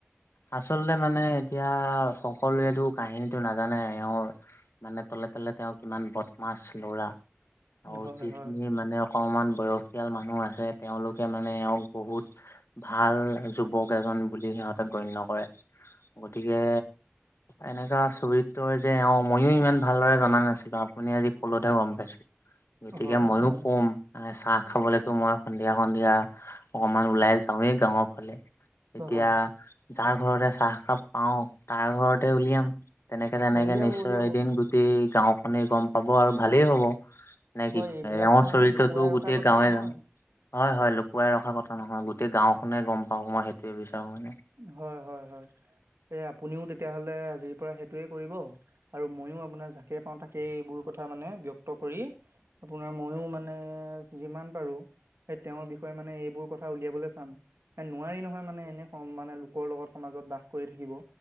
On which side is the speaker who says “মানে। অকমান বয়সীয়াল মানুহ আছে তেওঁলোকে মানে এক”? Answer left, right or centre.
Left